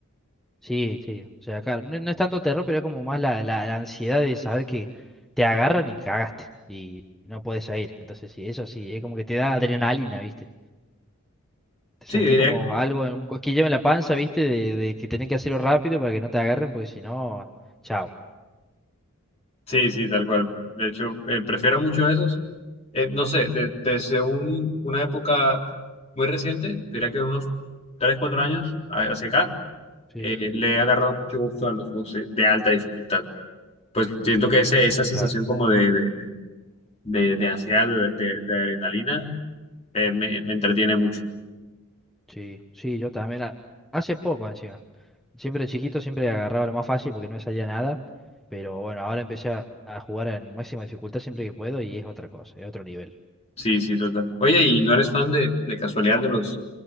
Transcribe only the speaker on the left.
Sí,
diría,
Sí, sí, tal cual. De hecho, eh, prefiero mucho esos. Eh, no sé, de- desde un- una época muy reciente, diría que unos 3, 4 años a- hacia acá,
eh, le he agarrado mucho gusto a los juegos eh, de alta dificultad. Pues siento que ese- esa sensación
como de, de, de- de ansiedad, de, de- de adrenalina, eh, me, me entretiene mucho.
Sí, sí, total. Oye, ¿y no eres fan de, de casualidad de los,